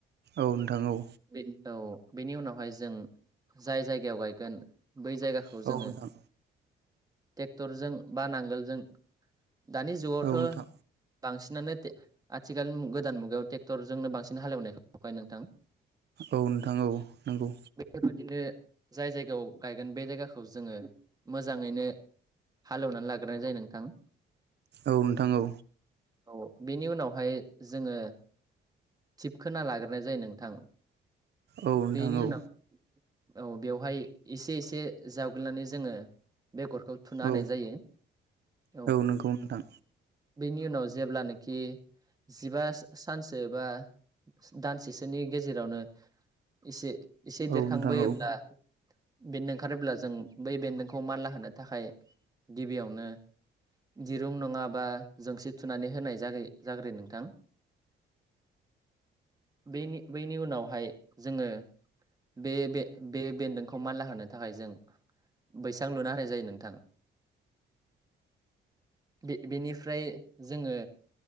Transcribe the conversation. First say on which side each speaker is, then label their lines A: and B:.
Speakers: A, on the right (about 60°); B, on the right (about 20°).
A: औ नोंथां औ।
B: बे औ बेनि उनावहाय जों जाय जायगायाव गायगोन बै जायगाखौ
A: नोंथां
B: जोङो
A: औ
B: ट्रेक्टरजों बा नांगोलजों दानि जुगावथ'
A: नोंथां
B: बांसिनानोे आथिखाल गोदान मुगायाव ट्रेक्टरजोंनो बांसिन हालेवनायखौ नुखायो नोंथां।
A: औ नोंथां औ नंगौ।
B: बेफोरबायदिनो जाय जायगायाव गायगोन बे जायगाखौ जोङो मोजाङैनो हालेवनानै लाग्रोनाय जायो नोंथां।
A: औ नोंथां औ।
B: औ बेनि उनाव हाय जोङो थिब खोना लाग्रोनाय जायो नोंथां।
A: औ नोंथां
B: बेनि
A: औ।
B: उनाव औ बेवहाय एसे एसे जावग्लिनानै जोङो बेगरखौ थुना होनाय
A: औ
B: जायो औ।
A: नंगौ नोंथां
B: बेनि उनाव जेब्लानाखि जिबा सानसो बा दानसेसोनि गेजेरावनो एसे एसे
A: औ
B: देरखांबोयोब्ला
A: नोंथां औ
B: बेन्दों ओंखारोब्ला जों बै बेन्दोंखौ मानला होनो थाखाय गिबियावनो दिरुं नङाबा जोंसि थुनानै होनाय जगो जाग्रोयो नोंथां बेनि बैनि उनावहाय जोङो बे बे बे बेन्दोंखौ मानला होनो थाखाय जों बैसां लुना होनाय जायो नोंथां बे बेनिफ्राय जोङो